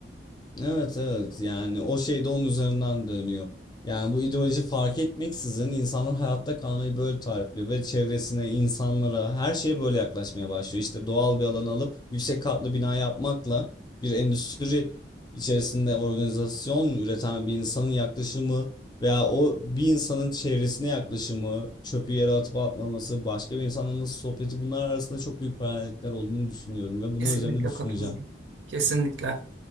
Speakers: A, on the left; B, on the right.
A: Evet evet yani o şey de onun üzerinden dönüyor. Yani bu ideoloji fark etmeksizin insanlar hayatta kalmayı böyle tarifliyor ve çevresine, insanlara, her şeye böyle yaklaşmaya başlıyor. İşte doğal bir alanı alıp yüksek katlı bina yapmakla bir endüstri içerisinde organizasyon üreten bir insanın yaklaşımı veya o bir insanın çevresine yaklaşımı, çöpü yere atıp atmaması, başka bir insanla nasıl sohbeti bunlar arasında çok büyük paralellikler olduğunu düşünüyorum ve bunlar
B: Kesinlikle
A: üzerine düşüneceğim.
B: katılıyorum. Kesinlikle.